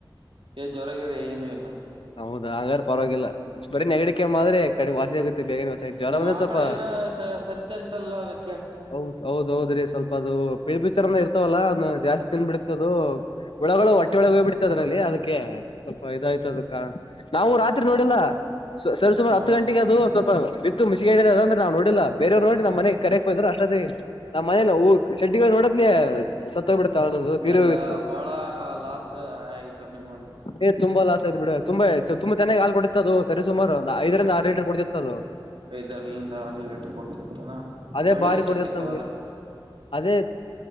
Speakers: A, on the right (about 80°); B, on the left (about 75°).
A: ಏ ಜ್ವರಗರ ಏನು ಇಲ್ಲ
B: ಹೌದಾ ಹಂಗಾರ ಪರವಾಗಿಲ್ಲ ಬರೇ ನೆಗಡಿಕ ಆದ್ರೆ ಕಡೆ ವಾಸಿ ಆಗುತ್ತೆ ಬೇಗನೆಷ ಜ್ವರ
A: ನಿಮ್ಮ
B: ಒಂದ್ರ
A: ಆಕಳ
B: ಸ್ವಲ್ಪ
A: ಏನ ಸ ಸತ್ಯ ಅಂತಲ್ಲ ಅದಕ್ಕೆ
B: ಹೌದು ಹೌದೌದ್ರೀ ಸ್ವಲ್ಪ ಅದು ಪಿಳ ಬಚಾರನ ಇರ್ತವಲ್ಲಾ ಅ ಜಾಸ್ತಿ ತಿನ್ಬಿಡಿತ ಅದು ಹುಡಗಳು ಒಟ್ಟೆ ಹೋಗ್ ಬಿಡ್ತದ್ರಲ್ಲಿ ಅದಕ್ಕೆ ಸ್ವಲ್ಪ ಇದಾಯ್ತು ಅದ ನಾವು ರಾತ್ರಿ ನೋಡಿಲ್ಲ ಸುಾರಾರ್
A: ಹ್ಮ
B: ಹತ್ತು ಗಂಟೆಗೆ ಅದು ಸ್ವಲ್ಪ ಬಿತ್ತು ಮುಿಸಿಸಿಿಗೆಡಿಲ್ಲ ಅ್ರ ನೋಡಿಲ್ಲ ಬೇರವ್ ನೋ ನಮ್ಮ ಮನೆಗೆ ಕರೆಗೆಕ್ಕೆೋ್ತಾ ಅಷ್ಟದೆ ನಮ್ಮ ಮನೇಲ್ಲ ಹ ಶೆಡ್ಡಿಗಳು ನೋಡತ್ಲ ಸತ್ತ ಹೋಗ್ಬ ಬಿಡತಾವ ಅನ್ನೋದು ತೀರು
A: ಎಲ್ಲಾ
B: ಹಿತ್ತು
A: ಬಾಳ ಲಾಸ್ ಆಯ್ತು ನಿಮ್ಮಲ್ಲಿ
B: ಏ್ುಂಬ ಲಾಸ್ ಆಯ್ತು ಬಿಡ ತುಂಬಾ ತುಂಬ ಚನ್ನಾಗಿ ಹಾಲ್ ಕೊಡಿತ ಅದು ಸರಿ ಸುಮಾರು ಐದರಿಂದ ಆರು ಲೀಟರ್ ಕೊಡ್ತಿತ್ತ ಅದು
A: ಐದ್ರ್ಂದ ಆರ್ ಲೀಟರ್ ಕೊಡ್ತಾತ್ತಾನ
B: ಅದೇ
A: ಒಳ್ಳೇದಕಿತ್ತು
B: ಬಾರಿ ಕೊಡ್ತಿತ್ತು ನಮ್ಗೆ
A: ಆದದ್ರ
B: ಅದೇ